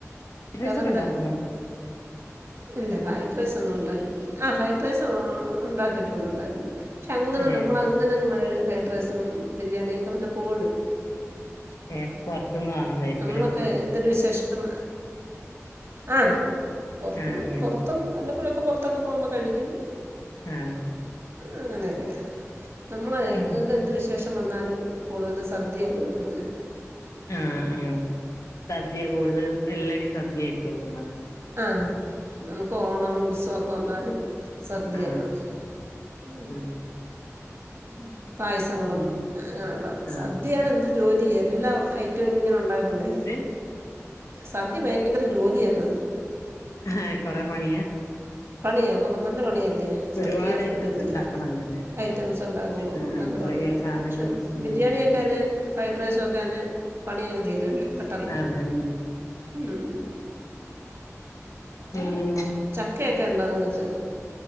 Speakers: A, on the right; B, on the left.
A: വേറെന്താ
B: റൈസ് ഒക്കെ ഉണ്ടാക്കോ ഇങ്ങള്
A: ഇല്ല ഫ്രൈഡ് റൈസ് ഒന്നും ഉണ്ടാക്കിട്ട ആ ഫ്രൈഡ് റൈസും ഉണ്ടാക്കിട്ടുണ്ട്ണ്ടാക്കട്ടുണ്ട് പക്ഷെ അങ്ങനെ
B: ഏഹ്
A: നമ്മളങ്ങനെ <unintelligible> ഫ്രൈഡ് റൈസും ബിരിയാണിയ ഒക്കെ വല്ല പോഴും
B: ഏ പൊർത്ത്ന്ന് വാങ്ങുന്നതായിരിക്കുലേ
A: നമ്മളൊക്കെ
B: അ
A: എന്തൊരു വിശേഷം ആ പുറ
B: ആഹ് അങ്ങനെ
A: പുറത്തും വ പ്പോഴൊക്കെ പൊറത്തൊക്കെ പോകുമ്പോ കഴിക്കും
B: ആഹ്
A: അങ്ങനെയൊക്കെ നമ്മള്
B: ആഹ്
A: ഇതെന്ത് വിശേഷം ഷം വന്നാലും കൂടുതലും സദ്യയാണ് ഒരുക്കുന്നത്
B: ആഹ് ആഹ് സദ്യ കൂടുതൽ എല്ലടും സദ്യ ആയിരിക്കല്ലേ <unintelligible>
A: ആ നമുക്ക് ഓണം ഉത്സവോക്കെ വന്നാല് സദ്യയാണ്,
B: ആഹ്
A: മ്
B: ആഹ്
A: ഉം പായസങ്ങളും
B: ഉം
A: അങ്ങനൊള്ള
B: ആഹ്
A: സദ്യയാണ് എന്ത് ജോലി എല്ലാ ഐറ്റവും ഇങ്ങനെണ്ട് ണ്ടക്കണ്ടേ
B: എന്ത്
A: സദ്യ ഭയങ്കര ജോലിയാണ്
B: ആഹ് കൊറെ പണിയാ
A: പണിയാ നല്ല പണി ല്ലേ സദ്യ
B: ഒരുപാട് ഐറ്റംസ്
A: ഒരുക്കുന്നത്
B: ഉണ്ടാക്കണല്ലോല്ലേ
A: ഐറ്റംസ് ഒണ്ടാക്കുമ്പോ
B: ആഹ്
A: നല്ല
B: കൊറേ
A: പണിയാണ്
B: സാധനങ്ങൾ
A: പക്ഷെ
B: ഉം
A: ബിരിയാണിയൊക്കണേ ഫ്രൈഡ് റൈസൊക്കെന്നെ പണിയങ്ങ് തീരുല്ലോ പെട്ടെന്ന്
B: അതെ ഉം
A: മ്മ്
B: <unintelligible>
A: ചക്കെ ക്കെണ്ടോ നിങ്ങക്ക്